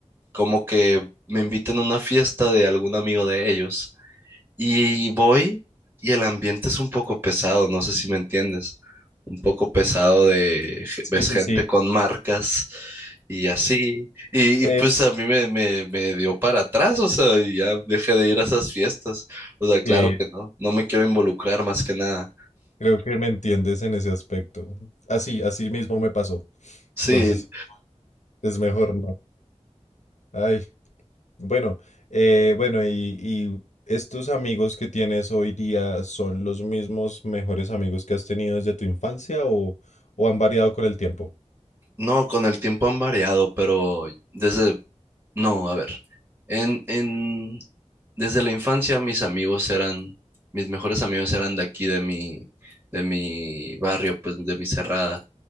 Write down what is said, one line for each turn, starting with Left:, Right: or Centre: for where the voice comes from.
Right: como que me invitan a una fiesta de algún amigo de ellos. Y voy y el ambiente es un poco pesado, no sé si me entiendes. Un poco pesado de, je-
Left: sí,
Right: ves
Left: sí,
Right: gente
Left: sí.
Right: con marcas y así. Y, y,
Left: Eh,
Right: pues a mí me, me, me dio para atrás, o sea, y ya dejé de ir a esas fiestas. O sea, claro
Left: eh,
Right: que no, no me quiero involucrar más que nada.
Left: creo que me entiendes en ese aspecto. Así, así mismo me pasó.
Right: Sí,
Left: Entonces, es mejor no. Ay, bueno, eh, bueno, y, y estos amigos que tienes hoy día son los mismos mejores amigos que has tenido desde tu infancia o, o han variado con el tiempo.
Right: no, con el tiempo han variado, pero desde No, a ver. En, en, desde la infancia mis amigos eran, mis mejores amigos eran de aquí, de mi, de mi barrio, pues de mi cerrada.